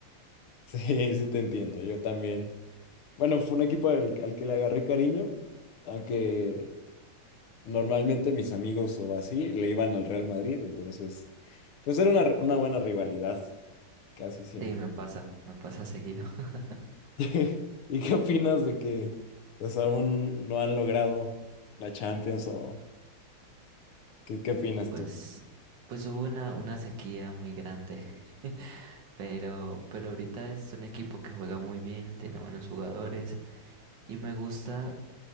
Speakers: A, on the left; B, on the right.
A: <laughs> sí, sí te entiendo, yo también. Bueno, fue un equipo al, al que le agarré cariño, aunque normalmente mis amigos o así le iban al Real Madrid, entonces, pues era una, una buena rivalidad, casi siempre.
B: Sí, me pasa, me pasa seguido. <laughs>
A: <laughs> ¿Y qué opinas de que pues aún no han logrado la Champions o qué, qué opinas
B: Pues,
A: tú?
B: pues hubo una, una sequía muy grande, <laughs> pero, pero ahorita es un equipo que juega muy bien, tiene buenos jugadores y me gusta